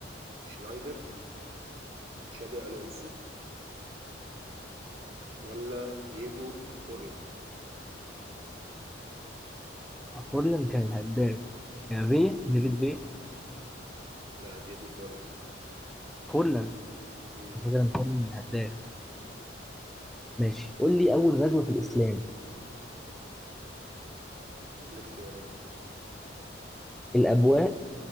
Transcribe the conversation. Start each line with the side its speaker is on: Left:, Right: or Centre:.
Right: شنايدر تشابي ألونسو ولا دييجو فورلان
Centre: فورلان كان الهداف يعني فيا نيفل فيا
Right: لا دييجو فورلان
Centre: فورلان
Right: امم
Centre: على فكره إن فورلان الهداف ماشي قول لي اول غزوه في الاسلام
Right: والاختيارات
Centre: الابواء